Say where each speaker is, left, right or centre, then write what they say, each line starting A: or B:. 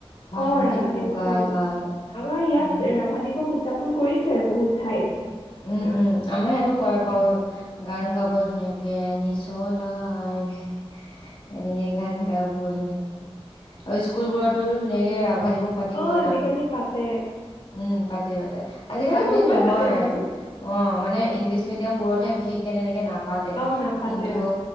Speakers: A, on the left (about 80°); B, on the left (about 60°).
A: অ
B: সংগীতবোৰ
A: ৰাভা দিৱস
B: গাই
A: হল
B: গাই
A: আমাৰ ইয়াত
B: উম
A: ৰাভা দিৱস উদযাপন কৰিছে বহুত। ঠাইত
B: উম উম আমাৰ ইয়াতো কৰে বাৰু গান গাব ধুনীয়াকে নিচলা আইৰে। এনেকে গান গা ধন আৰু স্কুল বোৰতোতো ধুনীয়াকে অভা দিৱস পাতিবই
A: অ আজিকালি
B: না
A: পাতে
B: উম পাতে পাতে আজিকালি
A: আগৰ
B: বুলি
A: পৰাই
B: নহয়
A: পাতে বাৰু
B: অ মানে ইংলিছ মিডিয়াম বোৰতহে বিশেষকে তেনেকে নাপ পাতে
A: অ নাপাতে
B: কিন্তু
A: অ